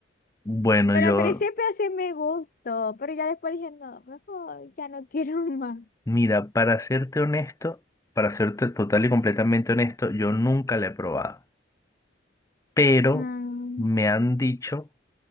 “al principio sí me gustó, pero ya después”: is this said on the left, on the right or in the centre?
Left